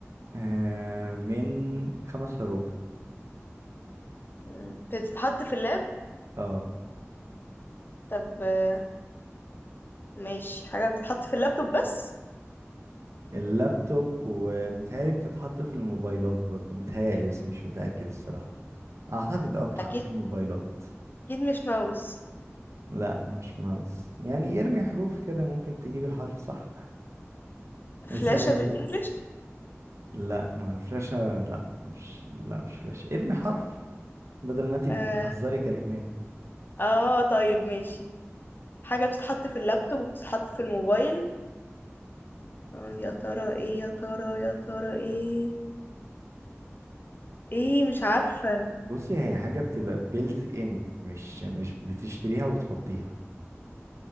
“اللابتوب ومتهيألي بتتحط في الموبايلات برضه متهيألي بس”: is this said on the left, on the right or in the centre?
Right